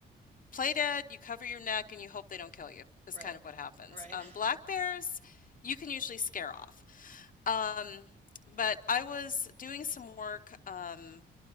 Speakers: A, on the left; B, on the right.
A: play dead, you cover your neck, and you hope they don't kill you, is
B: Right.
A: kind of what happens.
B: Right.
A: Um, black
B: <laughs>
A: bears, you can usually scare off. Um, but I was doing some work um,